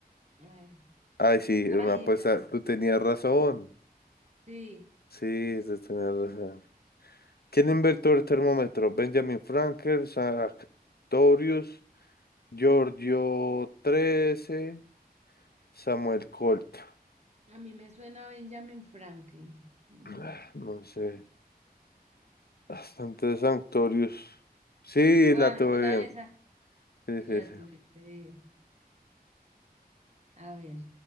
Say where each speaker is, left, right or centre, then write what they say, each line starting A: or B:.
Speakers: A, on the right (about 40°); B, on the left (about 75°).
A: Ay,
B: Ay, sí,
A: ay,
B: era una apuesta.
A: era esa,
B: Tú
A: sí.
B: tenías razón.
A: Sí,
B: Sí, tú tenías razón. ¿Quién inventó el termómetro? Benjamin Franklin, Sartorius, Giorgio XIII, Samuel Colt.
A: a mí me suena a Benjamin Franklin. Vamos a
B: Ah,
A: ver.
B: No sé, bastante Sartorius. Sí,
A: Ah,
B: la tuve
A: era
B: bien.
A: esa.
B: Sí,
A: La
B: sí, sí.
A: tuviste bien. A ver.